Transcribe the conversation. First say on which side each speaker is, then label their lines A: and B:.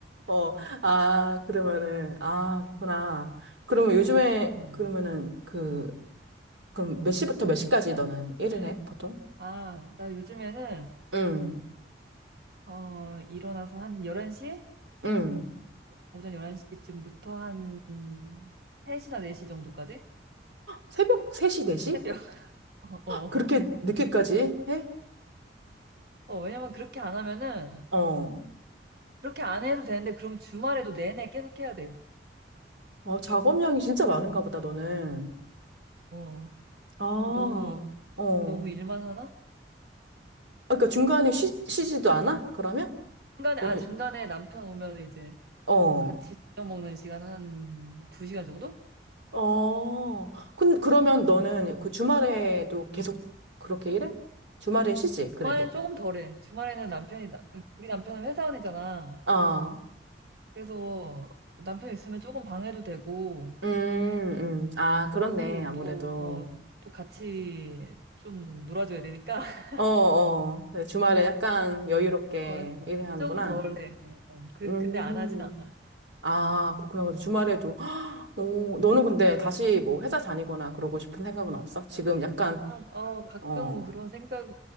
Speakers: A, on the right; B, on the right.
A: 어. 아, 그러면은 아, 그렇구나. 그러면 요즘에
B: 음.
A: 그러면은 그 그럼 몇 시부터 몇 시까지 너는 일을 해? 보통?
B: 아, 나 요즘에는,
A: 응
B: 어, 일어나서 한 11시?
A: 응
B: 오전 11시쯤부터 한 3시나 4시 정도까지?
A: 새벽 3시, 4시?
B: 새벽. <laughs> 어, 어,
A: 그렇게 늦게까지 해?
B: 어. 왜냐면 그렇게 안 하면은,
A: 어.
B: 그렇게 안 해도 되는데, 그럼 주말에도 내내 계속 해야 돼.
A: 어, 작업량이 진짜 많은가 보다, 너는.
B: 어,
A: 아,
B: 너무
A: 어.
B: 너무 일만 하나?
A: 아, 그러니까 중간에 쉬, 쉬지도 않아? 그러면?
B: 중간에,
A: 너는,
B: 아, 중간에 남편 오면 이제
A: 어,
B: 같이 저녁 먹는 시간 한 두시간 정도?
A: 어. 근, 그러면 너는 그 주말에도 계속 그렇게 일해? 주말엔 쉬지, 그래도.
B: 주말엔 조금 덜해. 주말에는 남편이, 나- 우리 남편은 회사원이잖아.
A: 아,
B: 그래서 남편 있으면 조금 방해도 되고,
A: 음, 음. 아, 그렇네,
B: 또,
A: 아무래도.
B: 또, 어, 또 같이 좀 놀아줘야 되니까, <laughs>
A: 어, 어. 주말에 약간 여유롭게
B: 어,
A: 일을 하는구나.
B: 조금 덜해. 어, 어. 그-
A: 음.
B: 근데 안 하진 않아.
A: 아, 그렇구나. 그래서 주말에도. <gasps> 오, 너는 근데 다시 뭐 회사 다니거나 그러고 싶은 생각은 없어? 지금 약간,
B: 아, 어, 가끔
A: 어,
B: 그런 생각,